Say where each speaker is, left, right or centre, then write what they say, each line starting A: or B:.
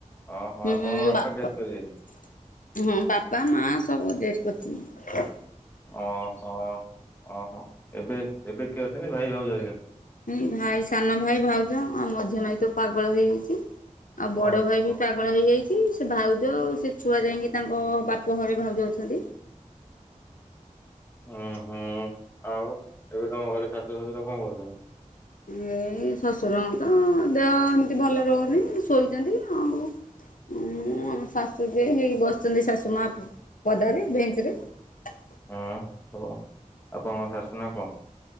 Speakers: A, on the left (about 15°); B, on the left (about 80°).
A: ଓହୋ
B: ହୁଁ
A: ଆପଣଙ୍କ ବାପା
B: ବା
A: ଡେଥ୍
B: ହଁ
A: କରିଯାଇଛନ୍ତି
B: ବାପା ମା ସବୁ ଡେର୍ଥ କରିଚ
A: ଓହୋ ଓହୋ ଏବେ ଏବେ କିଏ ଅଛନ୍ତି ଭାଇ ଭାଉଜ ହରିକା।
B: ଏଇ ଭାଇ ସାନ ଭାଇ ଭାଉଜ ଆଉ ମଝିଆ ମାଇଁ ତ ପାଗଳ ହେଇଯାଇଛି। ଆଉ ବଡ଼
A: ଓହୋ
B: ଭାଇ ବି ପାଗଳ ହେଇଯାଇଛି । ସେ ଭାଉଜ ଆଉ ସେ ଛୁଆ ଯାଇକି ତାଙ୍କ ବାପ ଘରେ ଭାଉଜ ଅଛନ୍ତି।
A: ହୁଁ ହୁଁ ଆଉ ଏବେ ତମ ଘରେ ଶାଶୁ ଶଶୁର କଣ କରୁଛନ୍ତି?
B: ମୁଁ ଏଇ ଶଶୁରଙ୍କତ ଦେହ ଏମିତି ଭଲ ରହୁନି ଶୋଇଛନ୍ତି ଆଉ ମୁଁ ଆମ ଶାଶୁ ଯେ ହେଇ ବସିଛନ୍ତି ଶାଶୁ ମା ପଦାରେ ବେଞ୍ଚରେ ।
A: ହଁ ହଁ ଆପଣଙ୍କ ଶାଶୁ ନାଁ କଣ?